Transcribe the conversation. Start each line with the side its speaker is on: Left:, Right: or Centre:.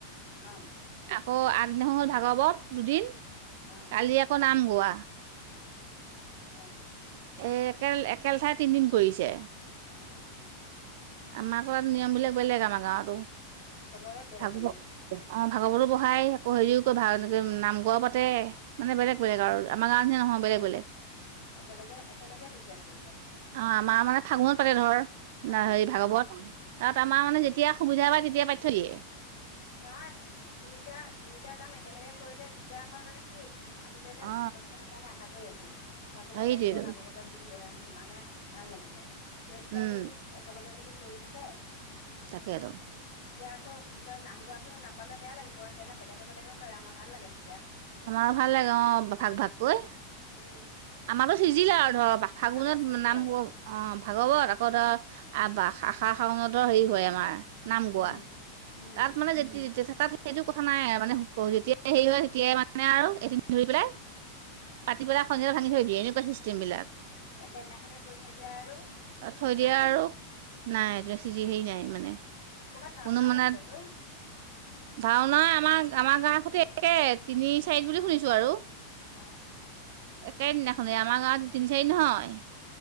Left: অ'।
Right: আকৌ আগদিনাখন হ'ল ভাগৱত, দুদিন।
Left: অ'।
Right: কালি আকৌ নাম গোৱা।
Left: অ'।
Right: এই এক-একে লেঠাই তিনদিন কৰিছে।
Left: অ', অ'।
Right: আমাৰ আকৌ ইয়াত নিয়মবিলাক বেলেগ আমাৰ গাঁৱতো,
Left: চবৰে বেলেগ
Right: ভাগ
Left: বেলেগ
Right: অ', ভাগৱতো পঢ়াই, আকৌ হেৰিও <unintelligible> ভাগ এনেকে নাম <unintelligible> পাতে। মানে বেলেগ বেলেগ আৰু, আমাৰ গাৱঁৰ নিচিনা নহয় বেলেগ বেলেগ।
Left: একেলগে একেলগে দুইটা কৰিছে
Right: অ', আমাৰ মানে ফাগুনত পাতে, ধৰ
Left: অ
Right: হেৰি ভাগবত, তাত আমাৰ মানে যেতিয়া সুবিধা পায় তেতিয়াই পাতি থৈ দিয়ে।
Left: নহয়, দুইটা-দুইটা কাম একেলগে কৰিলে দিগদাৰ হয় মানে কি আমিতো এতিয়া
Right: অ
Left: ভাগৱত খনৰ কাৰণে আশা কৰি আছোঁ। ভাগৱত
Right: সেইটোৱেতো
Left: আহিব, ভাগৱতত <unintelligible> মানে ভাল লাগিব। সেই দুটা
Right: উম
Left: যদি, একেলগে যদি কৰি থাকে
Right: তাকেটো।
Left: তেতিয়া আকৌ পিছত নাম গোৱাটো নাপালে বেয়া লাগিব, সেইকাৰণে বেলেগে বেলেগে কৰে আমাৰ ভাল লাগে তেতিয়া।
Right: আমাৰো ভাল লাগে অ' ভাগ-ভাগকৈ।
Left: উম।
Right: আমালৈ সিজিলে আৰু ধৰ, <unintelligible> ফাগুনত
Left: আমাৰ চিজিল
Right: নাম
Left: আৰু
Right: <unintelligible> অ', ভাগৱত, আকৌ ধৰ আশা-শাওনতো হেৰি হয় আমাৰ নাম গোৱা।
Left: উম উম
Right: তাত মানে যেতি <unintelligible> সেইটো কথা নাই, মানে <unintelligible> যেতিয়াই হেৰি হয় তেতিয়াই মানে আৰু এদিন ধৰি পেলাই পাতি পেলাই সন্ধিয়া ভাঙি থৈ দিয়ে, এনেকুৱা চিষ্টেম বিলাক।
Left: একেদিনাখনে কৰি থৈ দিয়া আৰু,
Right: থৈ দিয়ে
Left: নাই আৰু।
Right: নাই, <unintelligible> মানে।
Left: ক'ৰবাত ভাওনাও
Right: কোনো মানে
Left: আছিলেতো?
Right: ভাওনা আমাৰ-আমাৰ গাঁৱৰ সৈতে একে, তিনি চাৰিত বুলি শুনিছো আৰু।
Left: অ'।
Right: একেদিনাখনে, আমাৰ গাঁৱত তিনি চাৰি দিন হয়।